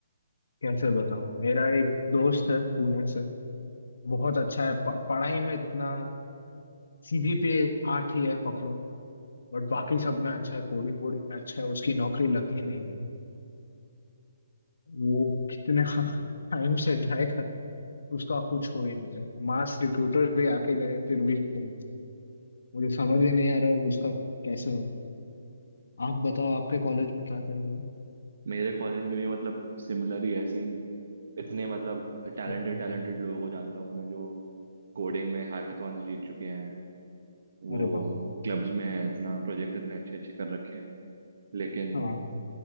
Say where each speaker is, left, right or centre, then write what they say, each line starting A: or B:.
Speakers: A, on the left (about 80°); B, on the right (about 55°).
A: कैसे बताऊँ मेरा एक दोस्त है पुणे से बहुत अच्छा है प, पढ़ाई में इतना सीजीपीए आठ ही है पकड़ो बट बाकी सब में अच्छा है कोडिंग कोडिंग में अच्छा है उसकी नौकरी लग ही नहीं रही वो कितने <laughs> टाइम से ट्राई कर रहे हैं, उसका कुछ हो ही नहीं रहा मास रिक्रूटर्स भी आके गए फिर भी ओपन नहीं। मुझे समझ ही नहीं आ रहा है उसका कैसे हो आप बताओ आपके कॉलेज में क्या चल रहा है
B: मेरे कॉलेज में भी मतलब सिमिलर ही है सीन इतने मतलब टैलेंटेड
A: श्रेय,
B: टैलेंटेड लोगों को जानता हूँ मैं जो कोडिंग में हैकाथॉन्स जीत चुके हैं वो
A: अरे बाप रे
B: क्लब्स में है इतना प्रोजेक्ट इतने अच्छे अच्छे कर रखे हैं लेकिन
A: हाँ